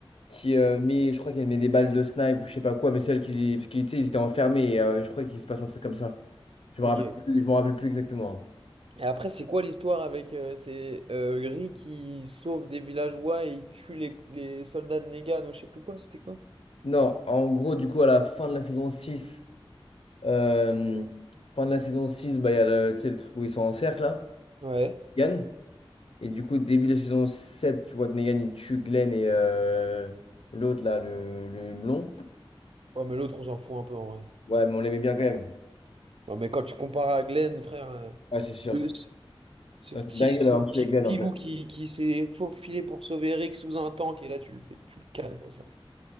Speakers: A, on the left; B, on the right.
A: qui euh, met, je crois qu'elle met des balles de snipe ou je sais pas quoi, mais celle qui, parce qu'ils, tu sais, ils étaient enfermés et euh, je crois qu'il se passe un truc comme ça. Je
B: Ok.
A: me rappelle plus, je me rappelle plus exactement. hein.
B: Et après, c'est quoi l'histoire avec euh, ces euh, gris qui sauvent des villageois et ils tuent les, les soldats de Negan ou je sais plus quoi, c'était quoi?
A: Non, en gros, du coup, à la fin de la saison 6, euh, fin de la saison 6, bah, il y a le, tu sais, le truc où ils sont en cercle, là,
B: Ouais.
A: Negan. Et du coup, début de la saison 7, tu vois que Negan, il tue Glenn et euh, l'autre, là, le, le blond.
B: Ouais, mais l'autre, on s'en fout un peu en vrai.
A: Ouais, mais on l'aimait bien quand même.
B: Ouais, mais quand tu compares à Glenn, frère, euh,
A: Ouais, c'est sûr,
B: le-
A: c'est sûr.
B: ce ce petit,
A: Non, C'est dingue
B: ce
A: d'avoir
B: petit
A: tué Glenn,
B: filou
A: en fait.
B: qui, qui s'est faufilé pour sauver Rick sous un tank et là, tu le fais, tu le cales comme ça.